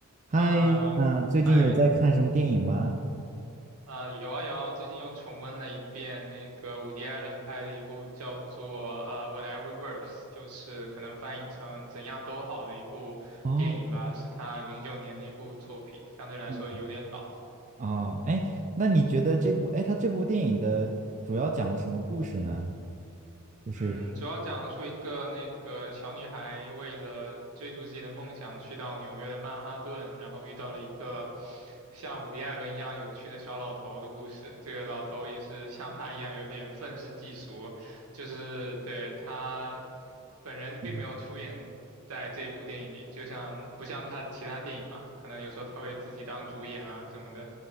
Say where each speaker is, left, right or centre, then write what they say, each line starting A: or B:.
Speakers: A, on the right; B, on the right.
A: 嗨，
B: 呃，
A: 嗯，最近有在看什么电影吗？
B: 哎，呃，有啊有啊，我最近又重温了一遍那个伍迪·艾伦拍的一部叫做呃《Whatever Works》，就是可能翻译成“怎样都好”的一部电影吧，
A: 哦，
B: 是他零九年的一部作品，相对来说有点老。
A: 嗯，哦，哎，那你觉得这部，哎，它这部电影的主要讲了什么故事呢？就是，
B: 嗯，主要讲述一个那个小女孩为了追逐自己的梦想，去到纽约的曼哈顿，然后遇到了一个像伍迪·艾伦一样有趣的小老头的故事。这个老头也是像他一样有点愤世嫉俗，就是对他本人并没有出演在这一部电影里，
A: 嗯
B: 就像不像他的其他电影嘛，可能有时候他会自己当主演啊什么的。